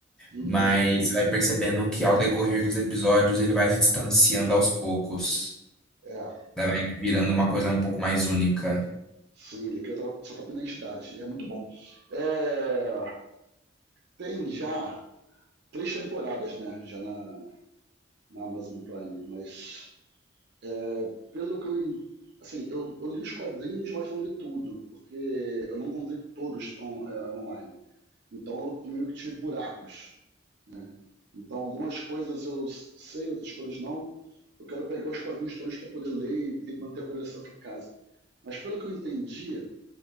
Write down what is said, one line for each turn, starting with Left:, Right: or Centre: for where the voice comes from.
Right: Uhum,
Centre: Mas você vai percebendo que ao decorrer dos episódios ele vai se distanciando aos poucos.
Right: é.
Centre: Daí vai virando uma coisa um pouco mais única.
Right: Sim, ele cria a sua própria identidade. E é muito bom. É, tem já três temporadas, né? Já na, na Amazon Prime, mas é, pelo que eu en- assim, eu, eu, li os quadrinhos, mas não li tudo, porque eu não encontrei todos on, é, online. Então eu meio que tive buracos, né? Então algumas coisas eu sei, outras coisas não. Eu quero pegar os quadrinhos todos para poder ler e manter a coleção aqui em casa. Mas pelo que eu entendi,